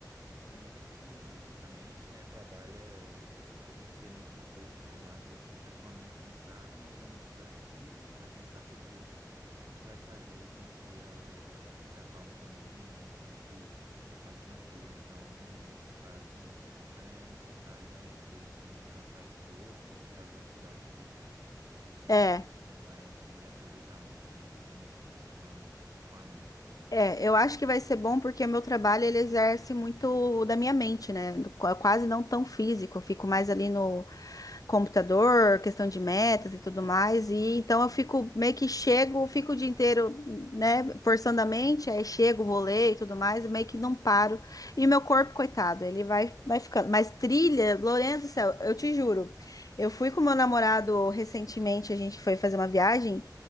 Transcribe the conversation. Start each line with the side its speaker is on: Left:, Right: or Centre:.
Right: Dizem que a mente, né, trabalha um pouco diferente do corpo, né? Às vezes você tá com a mente cansada, mas é uma atividade física que vai cansar seu corpo, que vai fazer com que ela se acalme também e fique mais tranquila. Então, nesses casos, não é necessário ter um receio, assim, de cansar esse corpo, de fazer uma atividade física em
Left: É.
Right: relação a esse aproveitamento, né, dos benefícios com a, com a mente, assim.
Left: É, eu acho que vai ser bom porque o meu trabalho ele exerce muito da minha mente, né? Do- qua- Quase não tão físico, eu fico mais ali no, computador, questão de metas e tudo mais. E então eu fico meio que chego, fico o dia inteiro, né, forçando a mente, aí chego, vou ler e tudo mais, e meio que não paro. E meu corpo, coitado, ele vai, vai ficando. Mas trilha, Lourenço do céu, eu te juro. Eu fui com meu namorado recentemente, a gente foi fazer uma viagem.